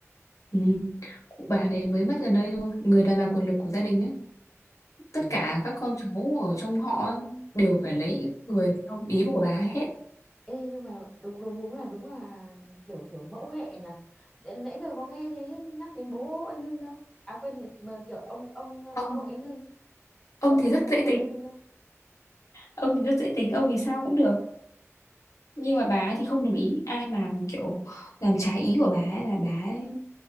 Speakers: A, on the left (about 80°); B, in the centre.
A: ừm. Cụ bà đấy mới mất gần đây thôi người đàn bà quyền lực của gia đình ấy tất
B: ừ
A: cả
B: đúng
A: các con cháu ở trong họ ấy đều phải lấy
B: Ê,
A: người theo ý của bà ấy hết
B: Ê nhưng mà đúng đúng đúng là đúng là kiểu kiểu mẫu hệ nhỉ. Để- Nãy giờ có nghe thế nhắc đến bố anh Hưng đâu. À quên mà kiểu ông ông
A: ông
B: ông nội anh Hưng
A: ông
B: có nhắc
A: thì rất
B: đến ông
A: dễ
B: nội
A: tính
B: anh Hưng đâu.
A: ông thì rất dễ tính ông thì sao cũng được nhưng mà bà ấy thì không đồng ý ai mà kiểu làm trái ý của bà ấy là bà ấy